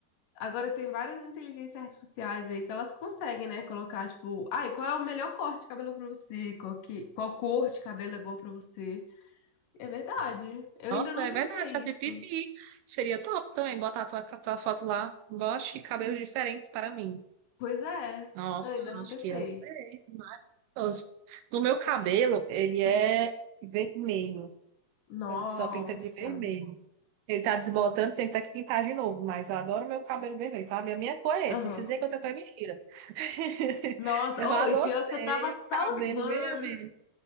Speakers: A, on the left; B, on the right.
A: Agora tem várias inteligências artificiais aí que elas conseguem, né? Colocar, tipo, ai, qual é o melhor corte de cabelo pra você? Qual, que, qual cor de cabelo é boa pra você? É verdade. Eu
B: Nossa,
A: ainda não
B: é
A: testei
B: verdade, ChatGPT.
A: isso.
B: Seria top também botar a tua, a tua foto lá. Bote cabelos diferentes para mim.
A: Pois é,
B: Nossa,
A: eu ainda não
B: acho
A: testei.
B: que eu sei. Maravilhoso. No meu cabelo, ele é
A: Hum.
B: vermelho.
A: Nossa.
B: Eu só pinta de vermelho. Ele tá desbotando, tem que ter que pintar de novo. Mas eu adoro meu cabelo vermelho, sabe? A minha cor é
A: Aham.
B: essa. Se dizer que eu tenho cor é mentira. <laughs>
A: Nossa,
B: Eu
A: oh,
B: adotei
A: e pior que eu tava salvando.
B: o cabelo vermelho.